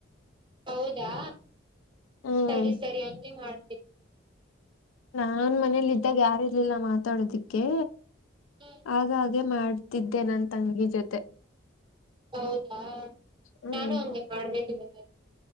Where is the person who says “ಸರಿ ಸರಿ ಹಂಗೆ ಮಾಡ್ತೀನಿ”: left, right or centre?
Right